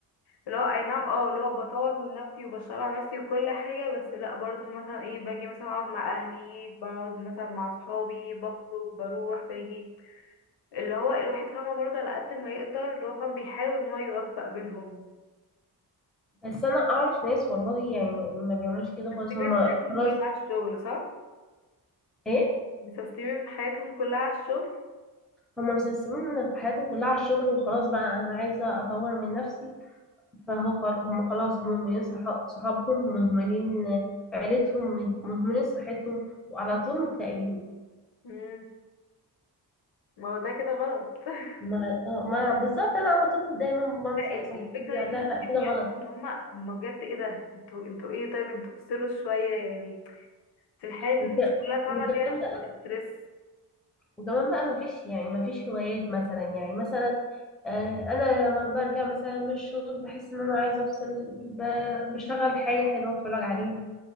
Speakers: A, on the left; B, in the centre.
A: اللي هو اي نعم اه اللي هو بطور من نفسي وبشتغل على نفسي وكل حاجة بس لا برضو مثلا ايه باجي مثلا اقعد مع اهلي بقعد مثلا مع صحابي بخرج بروح باجي اللي هو الواحد فاهمة برضه على قد ما يقدر اللي هو فاهم بيحاول ان هو يوفق بينهم
B: بس انا اعرف ناس والله يعني ما بيعملوش كده خالص
A: مستسلمين
B: هما
A: حياتهم
B: خلاص
A: كلها على الشغل صح؟
B: ايه
A: مستسلمين حياتهم كلها على الشغل
B: هما مسلسلين حياتهم كلها على الشغل وخلاص بقى انا عايزه اطور من نفسي فهو خل... هم خلاص مهملين صح... صحابهم مهملين آه، عيلتهم مه- مهملين صحتهم وعلى طول مكتئبين
A: مم. ما هو ده كده غلط <laughs>
B: ما آه، ما بالظبط انا على طول دايما بنصح
A: لا ال-
B: صاحبتي
A: الفكرة دي تحسي
B: لا
A: بجد
B: كده غلط
A: ان هما هما بجد ايه ده انتوا انتوا ايه طيب انتوا فصلوا شوية يعني بس الحياة
B: وك...
A: مش كلها فاهمة
B: وكلام
A: كده بتبقى ستريس
B: وكمان بقى مفيش يعني مفيش هوايات مثلا يعني مثلا آه، انا لما برجع مثلا من الشغل بحس ان انا عايزه افصل ب- بشغل حاجه حلوه اتفرج عليها